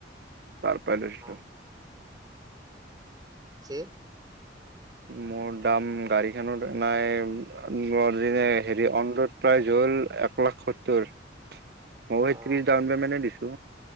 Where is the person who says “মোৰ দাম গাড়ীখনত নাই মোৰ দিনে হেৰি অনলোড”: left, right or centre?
Right